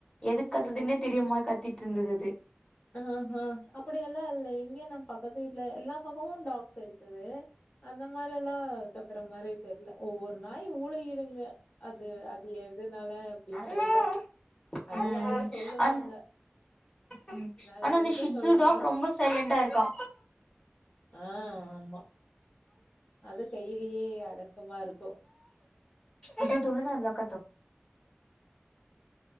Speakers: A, on the left (about 20°); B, on the left (about 45°).
A: எதுக் கத்துதுன்னே
B: ஓ
A: தெரியாம கத் திட்ருந்துது அது
B: ஆஹா அப்படியல்லா இல்ல இங்கயூ நம் பக்கத்து வீட்டுல எல்லா பக்கமூ டாக்ஸ் இருக்குது அந்த மாரி எல்லா கத்துற மாரி தெரில ஒவ்வொரு நா ஆய் ஊளையிடுங்க அது அது எதுனால அப்டின்
A: அது
B: தெரில அது
A: ம்
B: நெறைய சொல்லுவாங்க
A: அன் ம்
B: நெறைய
A: ஆனா அந்த
B: விஷயோ
A: ஷிஜ்ஜு
B: சொல்லுவாங்க
A: டாக் ரொம்ப சைலண்டாருப்பா
B: ஆ ஆமா அது கையிலயே அடக்கமா இருக்கூ
A: இது துவன எல்லா கத்தோ